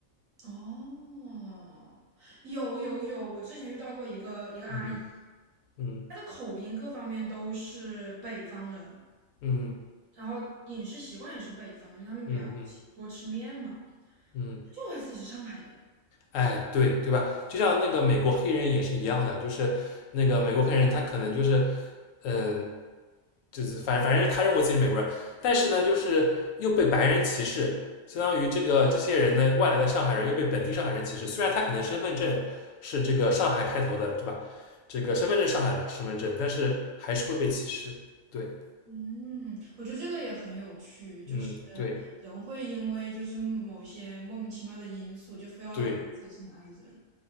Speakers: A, on the right; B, on the left.
A: 哦，有有有，我之前遇到过一个一个阿姨，
B: 嗯嗯
A: 她的口音各方面都是北方人，
B: 嗯
A: 然后饮食习惯也是北方，因为他们比较吃多吃面嘛，
B: 嗯嗯嗯。嗯嗯
A: 就她自己是上海人。
B: 哎，对对吧？就像那个美国黑人也是一样的，就是那个美国黑人，他可能就是，嗯，就是反正反正他认为自己是美国人，但是呢，就是又被白人歧视，相当于这个这些人呢，外来的上海人又被本地上海人歧视。虽然他可能身份证是这个上海开头的，对吧？这个身份证上海的身份证，但是还是会被歧视。对，
A: 嗯，我觉得这个也很有趣，就是
B: 嗯，对
A: 人会因为就是某一些莫名其妙的因素，就非要觉得自己是哪里人，
B: 对，